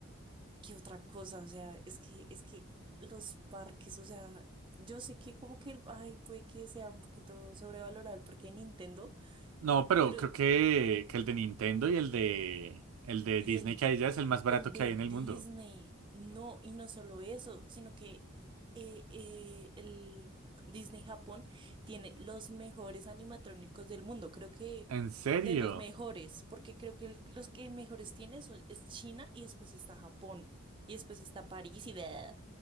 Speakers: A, on the right; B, on the right.
A: ¿Qué otra cosa? O sea, es que, es que los parques, o sea, yo sé que como que el, ay, puede que sea un poquito sobrevalorado el parque de Nintendo,
B: No, pero
A: pero,
B: creo que, que el de Nintendo y el de el de
A: ¿y
B: Disney
A: el
B: que hay ya es el más barato
A: El
B: que
A: de
B: hay en
A: Disney,
B: el mundo.
A: no, y no solo eso, sino que eh, eh, el Disney Japón tiene los mejores animatrónicos del mundo, creo que
B: ¿En serio?
A: de los mejores, porque creo que el- los que mejores tiene son- es China y después está Japón y después está París y bla,